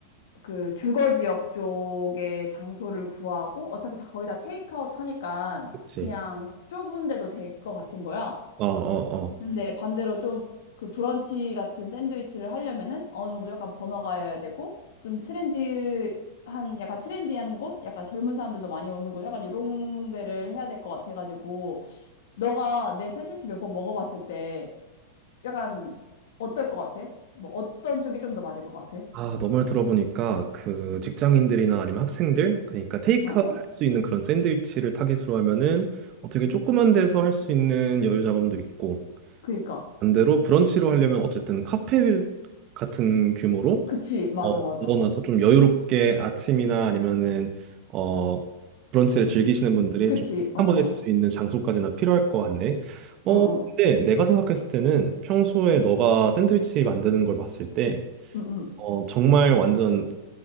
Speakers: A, on the left; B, on the right.
A: 그 주거 지역 쪽에 장소를 구하고 어차피 다 거의 다 테이크아웃 하니까
B: 그치.
A: 그냥 좁은 데도 될 것 같은 거야.
B: 어, 어, 어.
A: 근데 반대로 좀 그 브런치 같은 샌드위치를 하려면은 어느 정도 약간 번화가여야 되고 좀 트렌디한 약간 트렌디한 곳, 약간 젊은 사람들도 많이 오는 곳, 약간 이런 데를 해야 될 것 같아가지고 너가 내 샌드위치 몇 번 먹어봤을 때 약간 어떨 것 같아? 뭐 어떤 쪽이 좀 더 맞을 것 같아?
B: 아, 너말 들어보니까 그 직장인들이나 아니면 학생들 그러니까 테이크아웃
A: 어 어,
B: 할 수 있는 그런 샌드위치를 타깃으로 하면은 어, 되게 조그만 데서 할 수 있는 여유 자금도 있고
A: 그니까,
B: 반대로 브런치로 하려면 어쨌든 카페 같은 규모로
A: 그치, 맞아
B: 어,
A: 맞아,
B: 모아놔서 좀 여유롭게 아침이나 아니면은 어 브런치를 즐기시는 분들이
A: 그치,
B: 좀
A: 어
B: 한번
A: 어,
B: 할 수 있는 장소까지나 필요할 것 같네. 어,
A: 어어,
B: 근데 내가 생각했을 때는 평소에 너가 샌드위치 만드는 걸 봤을 때
A: 응응,
B: 어, 정말 완전